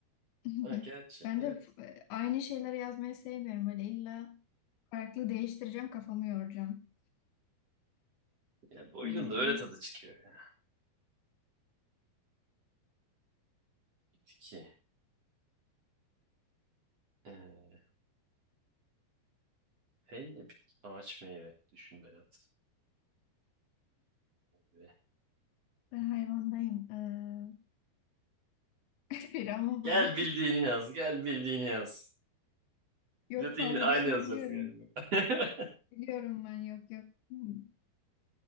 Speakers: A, on the left (about 85°); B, on the right (about 40°).
A: <laughs>
B: Ha, gerçi
A: Ben
B: evet.
A: de f- aynı şeyleri yazmayı sevmiyorum. Böyle illa farklı değiştireceğim, kafamı yoracağım.
B: Ya, bu oyunun
A: Hmm.
B: da öyle tadı çıkıyor ya. Bitki. Ee, F ne bitki. Ağaç meyve. Düşün Berat. Meyve.
A: Ben hayvandayım. Ee, <laughs> bir ama
B: Gel
A: var.
B: bildiğini yaz. Gel bildiğini yaz.
A: Yok
B: Zaten
A: fare
B: yine aynı
A: dışında
B: yazacağız
A: biliyorum.
B: galiba. <laughs>
A: Biliyorum ben yok yok. Hmm,